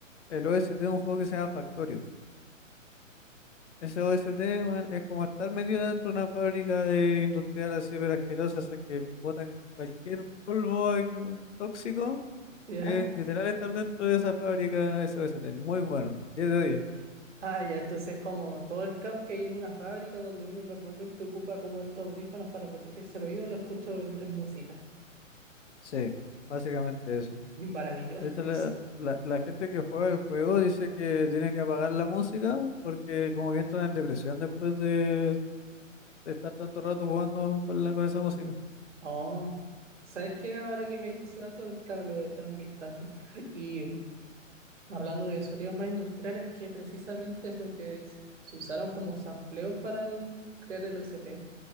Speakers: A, on the left; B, on the right.
A: el OST de un juego que se llama Factorio. Ese OST, weón, es como estar metido dentro de una fábrica de industrial así, pero asquerosa, o que botan cualquier polvo eh, tóxico.
B: ya.
A: eh, literal estar dentro de esa fábrica, ese OST. Muy bueno. diez de diez
B: Ah, ya, entonces como todo el caos que hay en una fábrica donde uno normalmente ocupa como estos audífonos para protegerse el oído, lo escucho en, en música.
A: Sí, básicamente eso.
B: <laughs> Maravilloso.
A: De hecho, la, la, la gente que juega el juego dice que tiene que apagar la música porque como que entran en depresión después de estar tanto rato jugando con, la, con esa música.
B: Oh, ¿sabes qué? Ahora que me diste ese dato, claro, le voy a echar un vistazo. Y hablando de sonidos más industriales, que precisamente es lo que es- se usaron como sampleos para el- crear el OST.